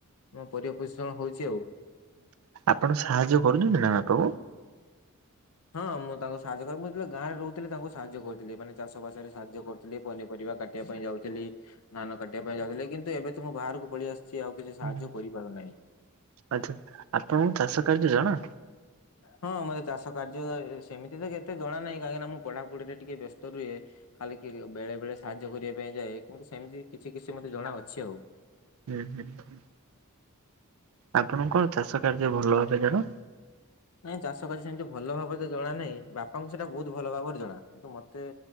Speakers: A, on the left; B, on the right.
A: ମୁଁ ପରିବା ପୋଷଣ ହଉଛି ଆଉ।
B: ଆପଣ ସାହାଯ୍ୟ କରୁଛନ୍ତି ନା ବାପାଙ୍କୁ?
A: ହଁ! ମୁଁ ତାଙ୍କୁ ସାହାଯ୍ୟ କିରିବି, ମୁଁ କେତେବେଳେ ଗାଁରେ ରହୁଥିଲି ତାଙ୍କୁ ସାହାଯ୍ୟ କରୁଥିଲି। ମାନେ ଚାଷ ବାସରେ ସାହାଯ୍ୟ କରୁଥିଲି, ପନିପରିବା କାଟିବା ପାଇଁ ଯାଉଥିଲି। ଧାନ କାଟିବା ପାଇଁ ଯାଉଥିଲି, କିନ୍ତୁ ଏବେ ତ ମୁଁ ବାହାରକୁ ପଳେଇ ଆସିଛି ଆଉ। କିଛି
B: ହୁଁ
A: ସାହାଯ୍ୟ କରିପାରୁନାହିଁ।
B: ଆଚ୍ଛା! ଆପଣଙ୍କୁ ଚାଷ କାର୍ଯ୍ୟ ଜଣା?
A: ହଁ, ମତେ ଚାଷ କାର୍ଯ୍ୟ ସେମିତି ତ କେତେ ଜଣା ନାହିଁ, କାହିଁକି ନା ମୁଁ ପଢାପଢିରେ ଟିକେ ବ୍ୟସ୍ତ ରୁହେ। ଖାଲି କିଣିବ, ବେଳେ-ବେଳେ ସାହାଯ୍ୟ କରିବା ପାଇଁ ଯାଏ, କିନ୍ତୁ ସେମିତି କିଛି-କିଛି ମତେ ଜଣା ଅଛି ଆଉ।
B: ହୁଁ-ହୁଁ! ଆପଣଙ୍କୁ କଣ ଚାଷ କାର୍ଯ୍ୟ ଭଲ ଭାବେ ଜଣା?
A: ନାଇଁ ଚାଷ କାଯ୍ୟ ସେମିତି ଭଲ ଭାବରେ ତ ଜଣା ନାହିଁ, ବାପାଙ୍କୁ ସେଟା ବହୁତ ଭଲ ଭାବରେ ଜଣା। କିନ୍ତୁ ମତେ